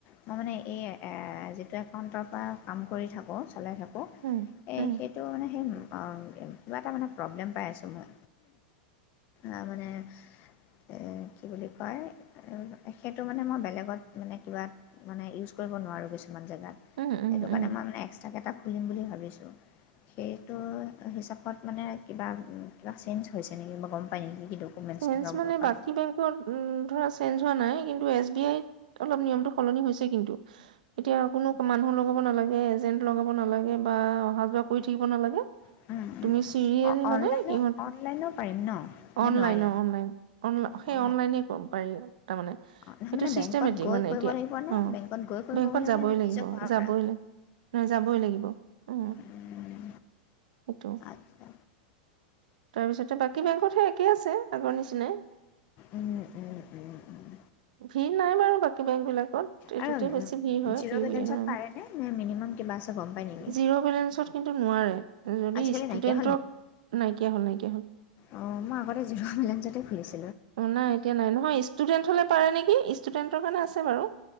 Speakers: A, on the left; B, on the right.
A: মই মানে এই যিটো একাউণ্টৰ পৰা কাম কৰি থাকোঁ চলাই থাকো
B: উম
A: এ
B: উম
A: সেইটো মানে সেই- কিবা এটা মানে প্ৰব্লেম পাই আছোঁ মই আ মানে এ কি বুলি কয় সেইটো মানে মই বেলেগত মানে কিবা মানে ইউজ কৰিব নোৱাৰোঁ কিছুমান জেগাত
B: উম উম
A: সেইটো কাৰণে
B: উম
A: মই মানে এক্সট্ৰাকেইটা খুলিম বুলি ভাবিছোঁ। সেইটো হিচাপত মানে কিবা কিবা চেঞ্জ হৈছে নেকি বা গম পায় নেকি? কি ডকুমেণ্টছ
B: চেঞ্জ
A: ধৰক
B: মানে
A: দৰকাৰ
B: বাকী বেংকৰ- উম ধৰা চেঞ্জ হোৱা নাই কিন্তু এছ বি আই অলপ নিয় মটো সলনি হৈছে কিন্তু এতিয়া। মানুহ লগাব নালাগে এজেন্ট লগাব নালাগে বা অহা যোৱা কৰি থাকিব নালাগে।
A: হ'ব
B: তুমি চিৰিয়েল
A: অ
B: মানে
A: অনলাইনো
B: কি
A: অনলাইনো পাৰিম ন নে
B: অনলাইন
A: নোৱাৰি
B: লনল সেই
A: অ
B: অনলাইনে কম পাৰি তাৰমানে
A: অ নহয়
B: সেইটো
A: মানে
B: চিষ্টেমেটিক
A: বেংকত গৈ
B: মানে
A: কৰিব
B: এতিয়া
A: লাগিব নে
B: অ
A: বেংকত গৈ কৰিব
B: বেংকত
A: গ'লে
B: যাবই
A: মানে নে
B: লাগিব
A: নিজৰ ঘৰৰ
B: যাবই
A: পৰা
B: লাগ। ন যাবই লাগিব উ
A: উম
B: সেইটো।
A: আচ্ছা
B: তাৰপিছতে বাকী বেংকতহে একে আছে আগৰ নিচিনাই-
A: উম উম উম উম
B: ভিৰ নাই বাৰু বাকী বেংক বিলাক এইটোতে
A: আৰু
B: বেছি ভিৰ হয়
A: জিৰ'
B: ইউৰিণে
A: বেলেঞ্চত পাৰেনে নে মিনিমাম কিবা আছে গম পাই নেকি
B: জিৰ' বেলেঞ্চত, কিন্তু নোৱাৰে যদি
A: আজিকালি
B: ষ্টুডেন্টক
A: নাইকিয়া
B: নাইকিয়া হ'ল নাইকিয়া হ'ল।
A: অ মই আগতে জিৰ বেলেঞ্চতে খুলিছো।
B: অ নাই এতিয়া নাই নহয় ষ্টুডেন্ট হলে পাৰে নেকি ষ্টুডেন্টৰ কাৰণে আছে বাৰু-